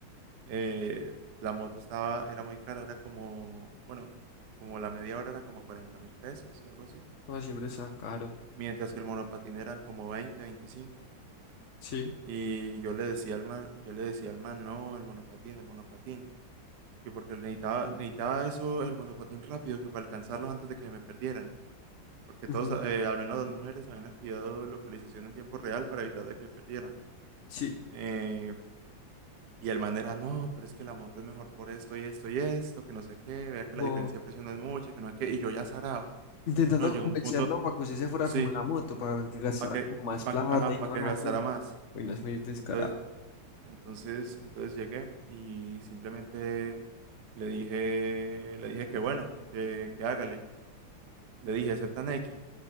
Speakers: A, on the right (about 60°); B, on the left (about 50°).
A: Eh, la moto estaba, era muy cara, era como, bueno, como la media hora era como cuarenta mil pesos, algo así.
B: No, siempre está caro.
A: Mientras que el monopatín eran como 20 veinticinco
B: Sí,
A: Y yo le decía al man, yo le decía al man, no, el monopatín, el monopatín. Que porque necesitaba, necesitaba eso, el monopatín rápido, que para alcanzarlos antes de que me perdieran. Porque
B: Ujú.
A: todos, eh, al menos las mujeres, habían activado localización en tiempo real para evitar de que me perdieran.
B: sí.
A: Eh, Y el man era, no, pero es que la moto es mejor por esto y esto y esto, que no sé qué, vea que
B: Como
A: la diferencia de precio no es mucha, que no sé qué, y yo ya sarao.
B: intentando
A: No, llegó
B: convencerlo
A: un punto,
B: para que usted se fuera
A: sí,
B: como en la moto, para que gastara
A: para que,
B: como más
A: pa-
B: plata
A: ajá,
B: y
A: para
B: toda
A: que
B: la
A: gastara
B: vuelta.
A: más.
B: Bueno, es muy descarado.
A: Entonces, entonces, entonces llegué y simplemente le dije, le dije que bueno, que, que hágale. Le dije, ¿acepta Nequi?